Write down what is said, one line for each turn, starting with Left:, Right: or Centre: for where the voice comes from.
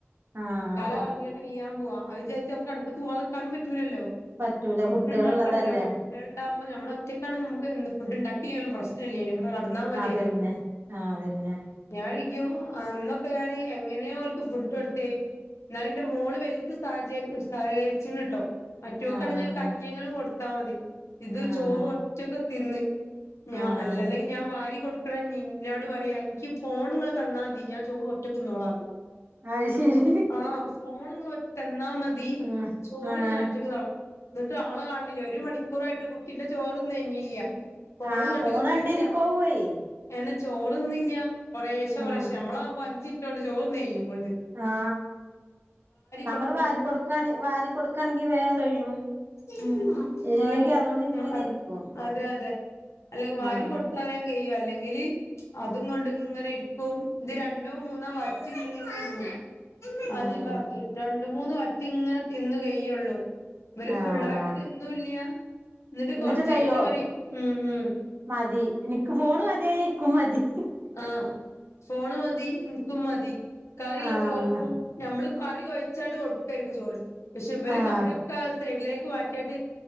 Right: ആഹ്
Left: തല കർങ്ങ്യാട്ട് വീയാൻ പോവാ അത്ചാര്ച്ച് ഞമ്മക്ക് അട്പ്പത്ത് പോവാതെക്കാനും പെറ്റൂലല്ലോ
Right: പറ്റൂല
Left: ഫുഡ്ണ്ടാക്കണല്ലോ
Right: കുട്ടികളുള്ളതല്ലേ
Left: കുട്ട്യേള്ണ്ടാവുമ്പം ഞമ്മളാെറ്റെക്കാണെ നമ്ക്ക് എന്ത് ഫുഡ്ണ്ടാക്കില്ലേലും പ്രശ് ല്ലേനി ഇബടെ കട്ന്നാ മത്യേനി
Right: അതന്നെ ആഹ് അതന്നെ
Left: ഞാൻരിക്കും അന്നൊക്കെ ഞാന് എങ്ങനെയോൽക്ക് ഫുഡാെട്ത്തെ ന്നാലും ന്റെ മോള് വെൽത് സഹച സഹകരിച്ചിണ് ട്ടോ മറ്റോക്കാണെങ്കില്
Right: ആഹ് ആഹ്
Left: കഞ്ഞ്യെങ്ങിലും കൊട് ത്താ മതി ഇത്
Right: ആഹ്
Left: ചോറൊറ്റക്ക് തിന്ന് ഞാ
Right: ആഹ്
Left: അല്ലാന്ന്ണ്ടെല്ലെങ്കിൽ ഞാൻ വാരി കൊട് ക്ക്ണെഞ്ഞി ഇന്നോട് പറ്യാ ഇൻക്ക് ഫോണ്ങ്ങള് തന്നാ മതി ഞാൻ ചോറ് ഒറ്റെക്ക് ന്നോളാന്ന്
Right: അത് ശെരി
Left: ആഹ് ഫോണ്ങ്ങള് ഒ തന്നാമതി
Right: ആഹ്
Left: ചോറ്
Right: ആഹ്
Left: ഞാൻ ഒറ്റക്ക്ന്നോളാം ന്നട്ടും ആളെ കാൺണില്ല ഒര് മണിക്കൂറായിട്ടും കുട്ടിന്റെ ചോറ്ന്നയ്ഞ്ഞീല്ല്യാ ഫോണും
Right: ആഹ്
Left: കണ്ട്
Right: ഫോണ്
Left: കുത്തിരിക്കാ
Right: കണ്ടിരിക്കോവ്വേ
Left: എങ്ങ്നെ ചോർന്ന്യ്യാ കൊറേശ്ശെ
Right: ആഹ്
Left: കൊറേശ്ശ ഞമ്മളാവുമ്പോ അഞ്ചിൻറ്റോണ്ട് ചോറ്ന്നെയ്യും ഓൽത്
Right: ആ നമ്മള്
Left: കൊടുക്കും
Right: വാരി കൊടുക്കണ് വാരി കൊടുക്കയാണെങ്കി വേഗം കഴിയും
Left: ഉം
Right: ഇല്ലെങ്കി
Left: വാരി കൊട്
Right: അതുകൊണ്ട് ഇങ്ങനെ
Left: അഹ് അത്
Right: ഇരിക്കും
Left: അതെ അതെ അല്ലെങ്കി വാരി
Right: ആഹ്
Left: കൊട് ത്താ വേം കെയ്യും അല്ലെങ്കില് അതും കൊണ്ട്ങ്ങെനെ ഇരിക്കും ഇത് രണ്ടോ മൂന്നോ വറ്റ്ങ്ങെ അത്
Right: ആഹ്
Left: ഇബാക്ക്യെ രണ്ട് മൂന്ന് വറ്റ്ങ്ങെനെ തിന്ന് കെയ്യാെള്ളു ഇവല്
Right: ആഹ്
Left: ഫുള്ളായ്ട്ട് തിന്നൂല്ല്യാ ന്നട്ട്
Right: എന്നിട്ട്
Left: കൊർച്ചെയ്ഞ്ഞിട്ട്
Right: കഴിയോ
Left: പറയും ഉം ഉം
Right: മതി എനിക്ക് ഫോണ് മത്യായ ഇക്കും മതി
Left: ആഹ് ഫോണ് മതി ൻക്കും മതി കറിള്ള
Right: ആഹ്
Left: ചോറ്ക്കും ഞമ്മള് കറി കൊഴ്ച്ചാട്ട് കൊടുക്കായ്ര്ക്കും ചോറ് പക്ഷെ ഇവല്
Right: ആഹ്
Left: കറ്യൊക്കെ ആ സൈഡിലേക്ക് മാറ്റ്യാട്ട്